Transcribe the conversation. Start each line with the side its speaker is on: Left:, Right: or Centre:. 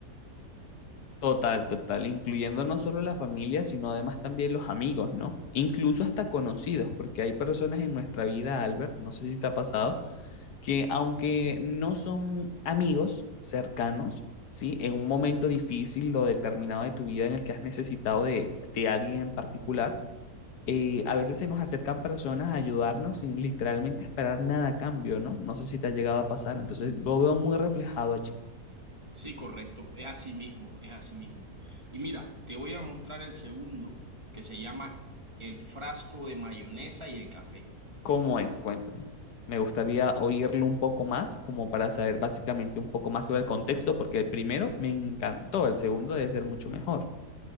Left: Total, total, incluyendo no solo la familia, sino además también los amigos, ¿no? Incluso hasta conocidos, porque hay personas en nuestra vida, Albert, no sé si te ha pasado, que aunque no son amigos cercanos, ¿sí? En un momento difícil o determinado de tu vida en el que has necesitado de, de alguien en particular, eh, a veces se nos acercan personas a ayudarnos sin literalmente esperar nada a cambio, ¿no? No sé si te ha llegado a pasar, entonces lo veo muy reflejado allí.
Right: Sí, correcto, es así mismo, es así mismo. Y mira, te voy a mostrar el segundo que se llama el frasco de mayonesa y el café.
Left: ¿Cómo es? Cuéntame. Me gustaría oírlo un poco más, como para saber básicamente un poco más sobre el contexto, porque el primero me encantó, el segundo debe ser mucho mejor.